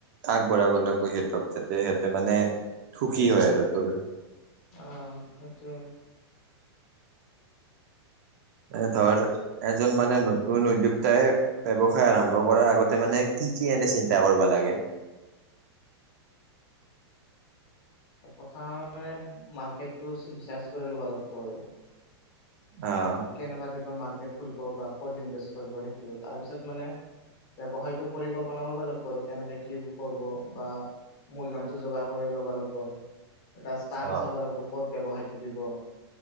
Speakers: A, on the right (about 40°); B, on the left (about 30°).
A: আগবঢ়াব লাগিব সিহঁতক যাতে সিহঁতে মানে সুখী হয় আৰু তোৰ।
B: আহ সেইটো।
A: এ ধৰ এজন মানে নতুন উদ্যোক্তাই ব্যৱসায় আৰম্ভ কৰাৰ আগতে মানে কি-কি এনে চিন্তা কৰিব লাগে?
B: প্ৰথমে মাৰ্কেটটো ৰিচাৰ্ছ কৰি ল'ব লাগব আৰু।
A: অ'।
B: কেনেকা টাইপৰ মাৰ্কেট খুলব বা ক'ত ইনভেচ কৰব সেটো। তাৰপিছত মানে ব্যৱসায়তো পৰিকল্পনা কৰব লাগব আৰু কেনেকে কি কৰব বা মূলধনটো যোগাৰ কৰি ল'ব লাগব। এটা স্তান
A: অ',
B: চাব লাগিব। ক'ত ব্যৱসায়টো দিব,